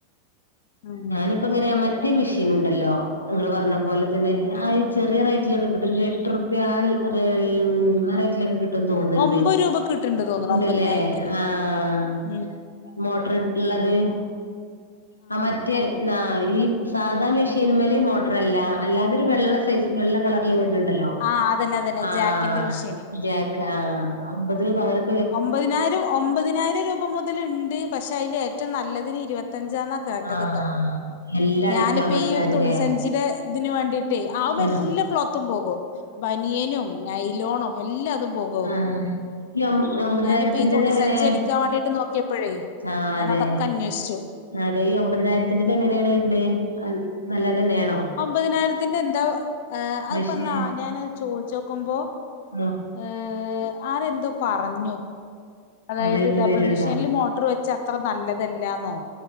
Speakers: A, on the left; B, on the left.
A: ഉം
B: ഞാന്പ്പങ്ങനെ മറ്റേ മെഷീന്ണ്ടല്ലോ ഇങ്ങള് പറഞ്ഞ പോലെത് ല്ലേ
A: ഉം
B: ആഹ് ചെറിയ റേറ്റിലൊക്കെ കിട്ടും എട്ട്റുപ്യാ ആൽ <unintelligible> ആറേറ്റിലൊക്കെ കിട്ട് ട്ടും തോന്ന്ണ്ട്
A: ഒമ്പത് രൂപക്ക് കിട്ടണ്ട് തോന്നുന്നു
B: ഇണ്ട്ല്ലേ
A: ഒമ്പതിനായിരത്തിന്
B: ആഹ്
A: ഉം
B: മോട്ടർട്ട് ഇള്ളത് ആഹ് മറ്റേ ആഹ് ഈ സാധാ മെഷീമ്മല് മോട്ടറല്ല അല്ലാതൊരു വെള്ള സൈസ് ഈ വെള്ള കളറില് വെരുന്നുണ്ടല്ലോ
A: ആഹ് അതന്നെ അതന്നെ
B: ആഹ്
A: ജാക്കിന്റെ മെഷീന്
B: ജാക്ക് ആഹ് അമ്പതിന് പകരം
A: ഒമ്പതിനായിരം ഒമ്പതിനായിരം രൂപ മുതൽ ഇണ്ട് പക്ഷെ അയിന്റെ ഏറ്റവും നല്ല ഇതിന് ഇരുപത്തഞ്ചന്നാ കേട്ടത്ട്ടോ
B: ആഹ് എല്ലാം
A: ഞാനിപ്പ
B: അടിക്കാൻ പറ്റാതില്ലേ
A: ഈ ഒരു തുണിസഞ്ചിടെ ഇതിന് വേണ്ടി ട്ടേ അയ്മ്മേ
B: ആഹ്
A: എല്ലാ ക്ലോത്തും പോകും ബനിയനും നൈലോണും എല്ലാതും പോവും
B: ആഹ് <unintelligible> ഒമ്പതിനായിരത്തിന്റെത്
A: ഞാനിപ്പ ഈ തുണി
B: എങ്ങനെ
A: സഞ്ചി അടിക്കാൻ വാണ്ടിട്ട് നോക്കിയപ്പഴേ
B: ആഹ്
A: ഞാനതൊക്കെ
B: അതെ
A: അന്വേഷിച്ചു
B: അതെ ഈ ഒമ്പതിനായിരത്തിന്റെത് എങ്ങനെയാണ് വരണേ അ നല്ലതന്നെയാണോ
A: ഒമ്പതിനായിരത്തിൻ്റെ എന്താ ആഹ് അതിപ്പെന്നാ
B: മെഷീൻ
A: ഞാനത് ചോദിച്ചോക്കുമ്പോ
B: ആഹ്
A: ആഹ് ആരെന്തോ പറഞ്ഞു അതായത്
B: കംപ്ലൈന്റ്
A: ഡബിൾ
B: വരണ്ടോ
A: മിഷീനിൽ മോട്ടർ വെച്ച് ച്ചത്ര നല്ലതല്ലാന്നോ